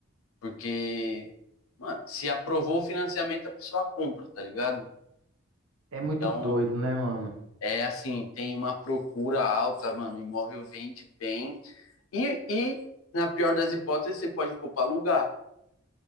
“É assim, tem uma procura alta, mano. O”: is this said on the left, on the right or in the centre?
Left